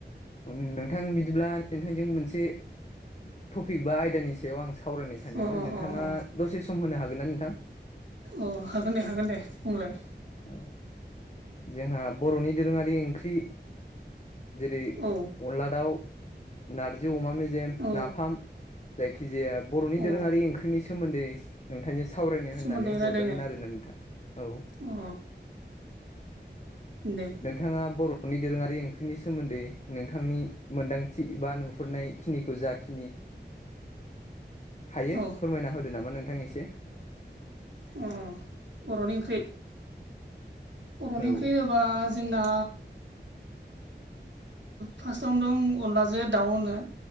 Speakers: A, on the left; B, on the right.
A: नोंथां बिदिब्ला नोंथांजों मोनसे टपिक बा आयदानि सायाव सायाव आं सावरायनो सानदोंमोन
B: अ
A: नोंथाङा
B: अ अ
A: दसे सम होनो हागोन ना नोंथां
B: अ हागोन दे हागोन दे बुंलाय
A: औ जोंहा बर'नि दोरोङारि ओंख्रि जेरै
B: औ
A: अनला दाउ नारजि अमा मेजेम
B: औ
A: नाफाम जायखिजाया बर'नि
B: अ
A: दोरोङारि ओंख्रिनि सोमोन्दै नोंथांजों सावरायनो
B: सोमोन्दै
A: होननानै
B: रायलायनो
A: हरदोंमोन आरोना नोंथां औ
B: अ दे
A: नोंथाङा बर'नि दोरोङारि ओंख्रिनि सोमोन्दै नोंथांनि मोनदांथि बा नोहरनाय खिनिखौ जाखिनि हायो
B: औ
A: फोरमायना होदो नामा नोंथां एसे
B: अ बर'नि ओंख्रि बर'नि
A: औ
B: ओंख्रि होनोबा जोंना फार्स्टआवनो दं अनलाजों दाउ होनो